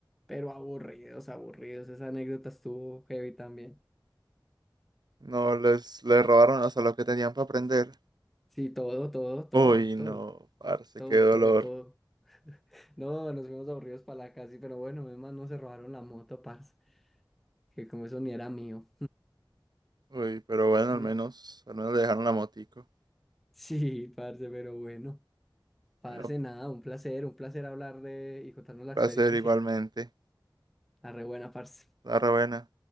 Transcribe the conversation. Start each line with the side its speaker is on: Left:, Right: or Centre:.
Centre: Pero aburridos, aburridos. Esa anécdota estuvo heavy también.
Right: No, les, les robaron hasta lo que tenían para aprender.
Centre: Sí, todo, todo, todo,
Right: Uy, no,
Centre: todo,
Right: parce,
Centre: todo,
Right: qué dolor.
Centre: todo, todo. <laughs> No, nos fuimos aburridos para la casa, y- pero bueno, además no se robaron la moto, parce. Que como eso ni era mío.
Right: Uy, pero bueno,
Centre: Me-
Right: al menos, al menos le dejaron la motico.
Centre: <laughs> Sí, parce, pero bueno. Parce,
Right: Bueno,
Centre: nada, un placer, un placer hablar de y contarnos la
Right: placer
Centre: experiencia.
Right: igualmente.
Centre: La re buena, parce.
Right: La buena.